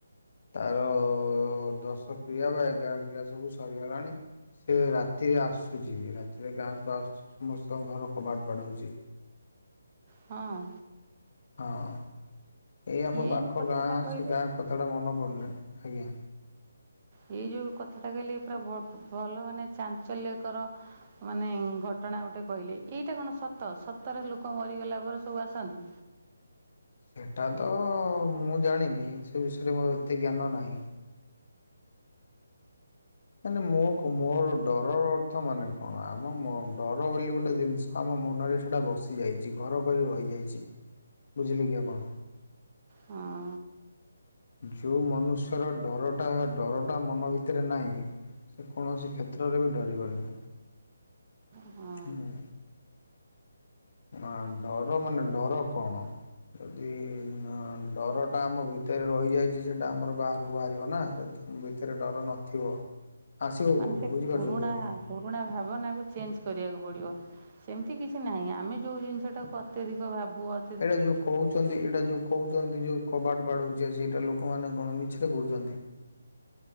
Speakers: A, on the left; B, on the right.
A: ତାର ଦଶ କ୍ରିୟା ବା ଏଗାର କ୍ରିୟା ସବୁ ସରିଗଲାଣି। ସେ ରାତି ଆସୁଚି ରାତିରେ ଗାଁକୁ ଆସୁଚି ସମସ୍ତଙ୍କ ଘର କବାଟ ବାଡଉଚି।
B: ହଁ।
A: ହଁ ଏଇ ଆମ
B: ଇଏ
A: ପାଖ
B: ଯେଉଁ କଥାଟା
A: ଗାଁ
B: କହିଲେ
A: ସେ ଗାଁ କଥାଟା ମନ ପଡ଼ୁନି ଆଜ୍ଞା।
B: ଏଇ ଯୋଉ କଥାଟା କହିଲେ ପୁରା ଭଲ ମାନେ ଚାଞ୍ଚଲ୍ୟକର ମାନେ ଘଟଣା ଗୋଟେ କହିଲେ ଏଇଟା କଣ ସତ ସତରେ ଲୋକ ମରିଗଲା ପରେ ସବୁ ଆସନ୍ତି।
A: ହେଟା ତ ମୁଁ ଜାଣିନି ସେ ବିଷୟରେ ମୋର ଏତେ ଜ୍ଞାନ ନାହିଁ। ମାନେ ମୋ କ ମୋ ଡରର ଅର୍ଥ ମାନେ କଣ ଆମ ଡର ବୋଲି ଗୋଟେ ଜିନିଷ ଆମ ମନରେ ସେଟା ବସିଯାଇଚି ଘର କରି ରହିଯାଇଚି ବୁଝିଲେ କି ଆପଣ?
B: ହଁ।
A: ଯୋଉ ମନୁଷ୍ୟର ଡରଟା ଡରଟା ମନ ଭିତରେ ନାଇଁ ସେ କୌଣସି କ୍ଷେତ୍ରରେ ବି ଡରିବନି।
B: ହଁ
A: ହୁଁ। ନା ଡର ମାନେ ଡର କଣ? ଯଦି ଡରଟା ଆମ ଭିତରେ ରହିଯାଇଛି ସେଟା ଆମର ବାହାରକୁ ବାହାରିବ ନା। ଉଁ ଭିତରେ ଡର ନଥିବ ଆସିବ
B: ମାନେ
A: କଉଠୁ
B: ସେ
A: ବୁଝିପାରୁଛନ୍ତି
B: ପୁରୁଣା
A: ଆପଣ?
B: ପୁରୁଣା ଭାବନାକୁ ଚେଞ୍ଜ କରିଆକୁ ପଡିବ। ସେମିତି କିଛି ନାଇଁ ଆମେ ଯୋଉ ଜିନିଷଟାକୁ ଅତ୍ୟଧିକ ଭାବୁ ଅ
A: ଏଟା ଯୋଉ କହୁଚନ୍ତି ଏଟା ଯୋଉ କହୁଚନ୍ତି ଯୋଉ କବାଟ ବାଡ଼ଉଚି ଆସିକି ଏଟା ଲୋକମାନେ କଣ ମିଛରେ କହୁଚନ୍ତି।